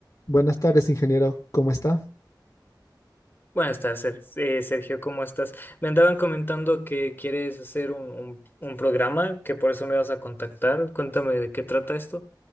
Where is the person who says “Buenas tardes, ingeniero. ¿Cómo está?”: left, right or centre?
Left